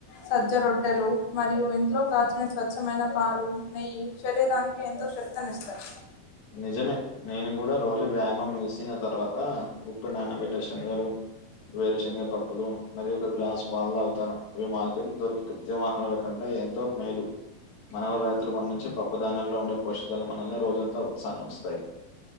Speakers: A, on the left; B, on the left.
A: సజ్జ రొట్టెలు మరియు ఇంట్లో కాచిన స్వచ్ఛమైన పాలు, నెయ్యి శరీరానికి ఎంతో శక్తినిస్తాయి.
B: నిజమే నేను గుడా రోజు వ్యాయామం వేసిన తర్వాత ఉప్పు నానబెట్ట శనగలు, వేరు శనగ పప్పులు మరీ ఒక గ్లాస్ పాల్ తాగుతాను. ఇవి మార్కెట్లు దొరికే కృత్రిమ ఆహరాల కంటే ఎంతో మేలు మనవ రైతులు పండించే పప్పుధాన్యాల్లో ఉండే పోషకాలు మనల్ని రోజంతా ఉత్సాహంగ ఉంచుతాయి.